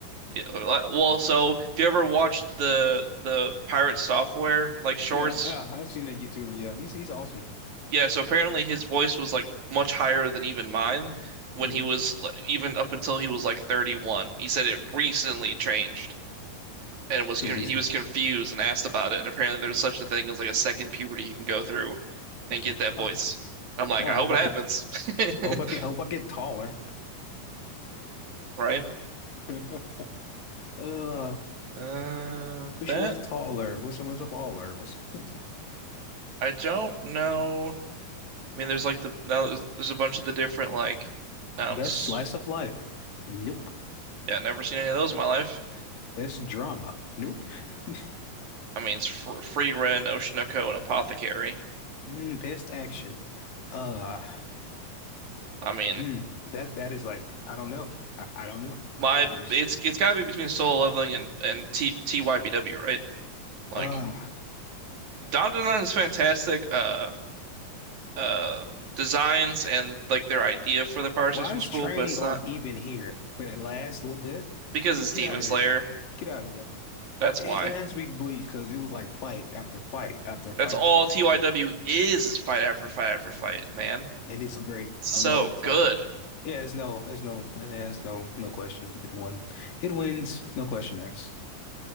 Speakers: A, on the right; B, on the left.
A: Yeah, uh, li- well, so if you ever watched the the pirate software like shorts,
B: Yeah, I- yeah, I've seen that YouTuber. Yeah, he's he's awesome.
A: yeah, so apparently his voice was like much higher than even mine when
B: hmm
A: he was like, even up until he was like 31. He said it recently changed and was
B: Yeah,
A: con
B: this
A: he
B: guy.
A: was confused and asked about it. And apparently there's such a thing as like a second puberty you can go through
B: Mhm.
A: and get that
B: Oh,
A: voice. I'm like,
B: I
A: I
B: hope
A: hope it
B: I
A: happens.
B: get, I
A: <laughs>
B: hope I get, I hope I get taller.
A: Right?
B: <laughs> Uh,
A: Uh,
B: which
A: that
B: was taller. Which one was a baller. What's <laughs>
A: I don't know. I mean, there's like the now there's, there's a bunch of the different like, um,
B: best
A: s-
B: slice of life? Nope.
A: yeah, never seen any of those in my life.
B: Best drama? Nope. <laughs>
A: I mean, it's fr Free Ren, Oshinoko, and Apothecary.
B: Mm, best action? Uh,
A: I mean,
B: mm, that that is like I don't know. I, I don't know.
A: my
B: I, there's
A: it's it's got to be between Solo Leveling and and T TYBW, right? Like
B: Uh,
A: Dandadan is fantastic. Uh, uh, designs and like their idea for the power
B: why
A: system's
B: is
A: cool,
B: Training
A: but it's
B: Arc
A: not
B: even here for that last little bit?
A: because
B: Get
A: it's
B: get
A: Demon
B: out of
A: Slayer.
B: here. Get out of here.
A: That's
B: It,
A: why.
B: it has to be bleak because it was like fight after fight after
A: That's
B: fight,
A: all TYW is, is fight after fight after fight, man.
B: and it's great.
A: So
B: I love it. So
A: good.
B: yeah, there's no, there's no, there's no, no question. It won. It wins. No question. Next,